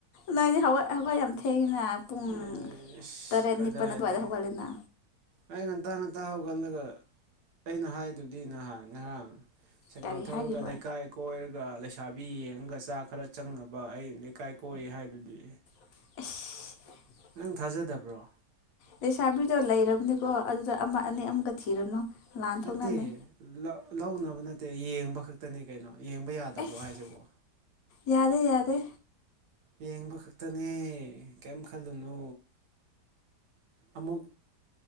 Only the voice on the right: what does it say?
ꯑꯦ ꯑꯁ
ꯀꯗꯥꯏꯗꯒꯤ
ꯑꯩ ꯉꯟꯇꯥ ꯉꯟꯇꯥ ꯍꯧꯒꯠꯂꯒ ꯑꯩꯅ ꯍꯥꯏꯗꯨꯗꯤ ꯅꯍꯥꯟ ꯉꯔꯥꯡ ꯁꯥꯏꯀꯜ
ꯊꯧꯔꯒ
ꯂꯩꯀꯥꯏ ꯀꯣꯏꯔꯒ ꯊꯥꯕꯤ ꯌꯦꯡꯉꯒ ꯆꯥꯛ ꯈꯔ ꯆꯪꯅꯕ ꯑꯩ ꯂꯩꯀꯥꯏ ꯀꯣꯏ ꯍꯥꯏꯗꯨꯗꯤ
ꯅꯪ ꯊꯥꯖꯗꯕ꯭ꯔꯣ
ꯅꯠꯇꯦ ꯂ ꯂꯧꯅꯕ ꯅꯠꯇꯦ ꯌꯦꯡꯕ ꯈꯛꯇꯅꯦ ꯀꯩꯅꯣ ꯌꯦꯡꯕ ꯌꯥꯗꯕ꯭ꯔꯣ
ꯍꯥꯏꯁꯤꯕꯣ
ꯌꯦꯡꯕ ꯈꯛꯇꯅꯦ ꯀꯔꯤꯝ ꯈꯜꯂꯨꯅꯨ ꯑꯃꯨꯛ